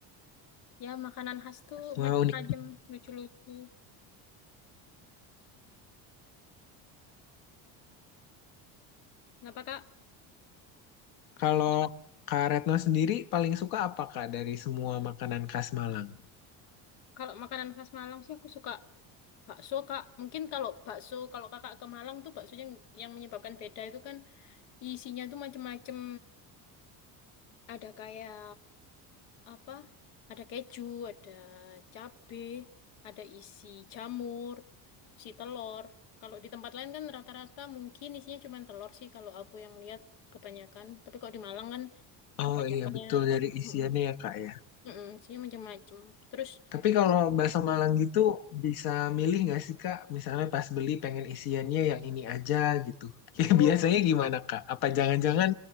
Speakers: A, on the left; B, on the left.
A: Ya makanan khas tuh
B: Wah,
A: macam-macam
B: unik.
A: lucu-lucu. Kenapa Kak?
B: Kalau Kak Retno sendiri paling suka apa Kak dari semua makanan khas Malang?
A: Kalau makanan khas Malang sih aku suka Bakso Kak, mungkin kalau bakso kalau Kakak ke Malang tuh baksonya yang, yang menyebabkan beda itu kan isinya tuh macem-macem. Ada kayak apa? Ada keju, ada cabe, ada isi jamur, isi telur. Kalau di tempat lain kan rata-rata mungkin isinya cuma telur sih kalau aku yang lihat kebanyakan. Tapi kalau di Malang kan
B: Oh iya
A: ya
B: betul dari isiannya
A: mm-mm,
B: ya kak ya.
A: mm-mm, isinya macem-macem. Terus
B: Tapi kalau bahasa Malang gitu bisa milih nggak sih kak? Misalnya pas beli pengen isiannya yang ini aja gitu. <laughs> Ya,
A: Oh,
B: biasanya
A: bis-
B: gimana kak? Apa jangan-jangan